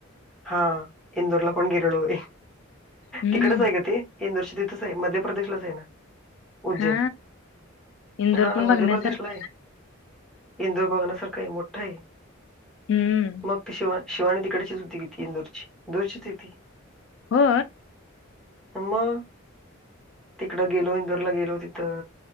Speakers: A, in the centre; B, on the left.
A: हा इंदोरला पण गिरलो
B: हम्म
A: तिकडच आहे का ते. इंदोरश तिथंच आहे मध्य प्रदेशलाच आहे ना. उज्जैन
B: हा इंदोर
A: हा
B: पण बघण्यासारख
A: मध्य प्रदेशला आहे इंदूर बघण्यासारखंही मोठं आहे.
B: हम्म
A: मग ती शिवा शिवानी तिकडचीच सुद्तीी घेतती इंदोरची इंदोरचीच तिती.
B: हो.
A: तेम. तिकडं गेलो इंदोरला गेलो तिथं